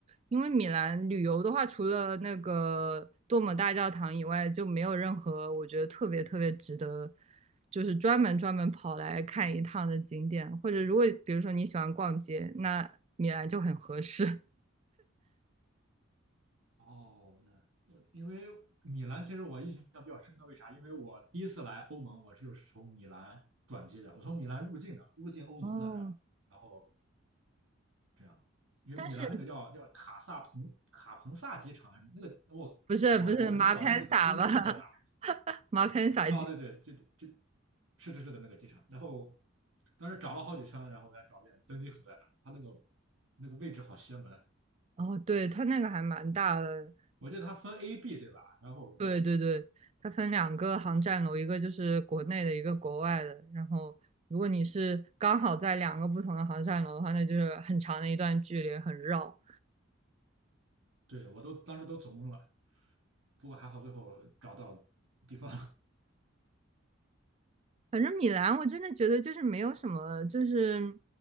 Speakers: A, on the right; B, on the right.
A: 因为米兰旅游的话，除了那个多姆大教堂以外，就没有任何我觉得特别特别值得，就是专门专门跑来看一趟的景点。或者如果比如说你喜欢逛街，那米兰就很合适。
B: 哦，那我因为米兰其实我印象比较深刻，为啥？因为我第一次来欧盟，我就是从米兰转机的，我从米兰入境的，入境欧盟的，
A: 哦，
B: 然然后这样，因为米兰那个叫叫卡萨彭卡彭萨机场，
A: 但是
B: 那个我靠，
A: 不是不是马潘萨吧？
B: 我没找见那个登机口在哪儿。
A: <laughs> 马潘萨基。
B: 哦，对对，这这是的是的那个机场，然后当时找了好几圈，然后才找见登机口在哪儿，它那个那个位置好邪门，
A: 哦，对，它那个还蛮大的。
B: 我记得它分 A、B 对吧？然后
A: 对对对，它分两个航站楼，一个就是国内的，一个国外的。然后，如果你是刚好在两个不同的航站楼的话，那就是很长的一段距离，很绕。
B: 对我都当时都走懵了。不过还好最后找到地方，
A: 反正米兰，我真的觉得就是没有什么，就是